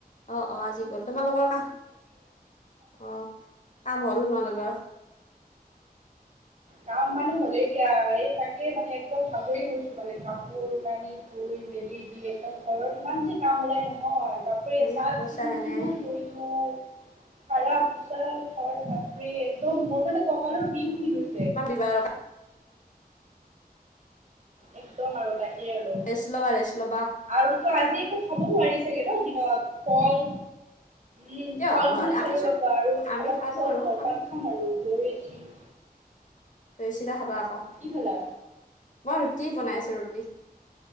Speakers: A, on the left; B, on the right.
A: অহ অহ আজি গল, তোমালোকৰ কা, অ কাম হল তোমালোকৰ
B: কাম মানে হলেই দিয়া, এই তাকে মানে একদম ভাগৰি গৈছো মানে কাপোৰ কানি ধুই মেলি দি একদম ঘৰত ইমান যে কাম ওলাই নহয়। এহ চাফ-
A: এ কৈছা
B: চিকুণ
A: এনে
B: কিমান কৰিলোঁ। সৰা, পোছা ঘৰ বাপৰে একদম মোৰ মানে কঁকালৰ বিষ উঠি গৈছে।
A: <unintelligible>
B: একদম আৰু তাকেই আৰু
A: ৰেষ্ট ল'বা ৰেষ্ট ল'বা
B: আৰু তো আজি একো খাব নোৱাৰি চাগে নহ, দিনত ফল উম,
A: কিয়
B: ফল-মূল
A: নোৱাৰে
B: খালোঁ
A: আমি চোন
B: ৰবা আৰু
A: আমি
B: অলপ
A: খালো
B: পিছত
A: বাৰু
B: জলপান
A: আমি
B: খাম আৰু দৈ, চিৰ
A: দৈ, চিৰা খাবা আকৌ।
B: কি খালা?
A: মই ৰুটি বনাই আছোঁ, ৰুটি।